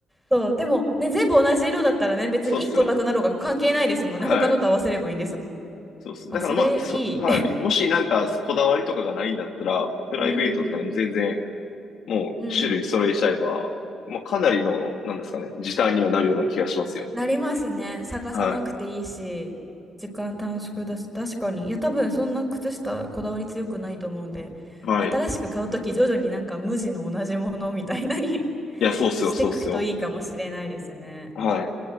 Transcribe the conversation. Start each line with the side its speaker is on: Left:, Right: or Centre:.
Centre: そうでもね全部同じ色だったらね別に1個なくなろうが関係ないですもんね他のと合わせればいいんですもん
Left: そうっすよ。はい。そうっす。
Centre: あそれいい
Left: だからまあ、そ、はい。もしなんかこだわりとかがないんだったら、
Centre: <laughs>
Left: プライベートとかでも全然
Centre: うんうん
Left: もう種類揃えちゃえば、
Centre: うん
Left: まあ、かなりの、なんですかね、時短にはなるような気がしますよ。
Centre: なりますね。探さなくていいし、
Left: は
Centre: 時間短縮だし、確かに。いや、多分そんな靴下こだわり強くないと思うんで、
Left: い。はい。
Centre: 新しく買うとき徐々になんか無地の同じものみたいなに
Left: いや、
Centre: <laughs>
Left: そうっすよ、
Centre: していくといいかもしれないですね。
Left: そうっすよ。はい。